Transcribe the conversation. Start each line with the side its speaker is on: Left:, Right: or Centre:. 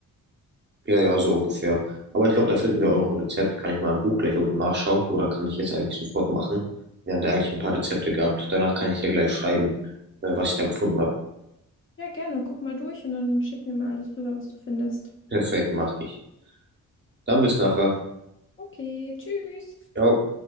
Right: Ja, ja, so ungefähr. Aber ich glaube, da finden wir auch noch ein Rezept. Kann ich mal im Buch gleich unten nachschauen oder kann ich jetzt eigentlich sofort machen? Wir haben da eigentlich ein paar Rezepte gehabt. Danach kann ich dir gleich schreiben, äh, was ich da gefunden habe.
Left: Ja, gerne. Guck mal durch und dann schick mir mal alles rüber, was du findest.
Right: Perfekt, mache ich. Dann bis nachher.
Left: Okay, tschüss.
Right: Ciao.